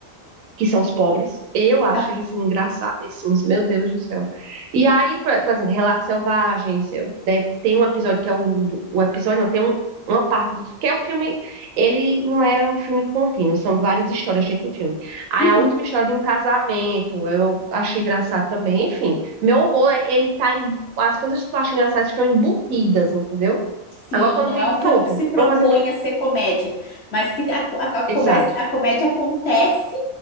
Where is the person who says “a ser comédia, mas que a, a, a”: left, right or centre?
Left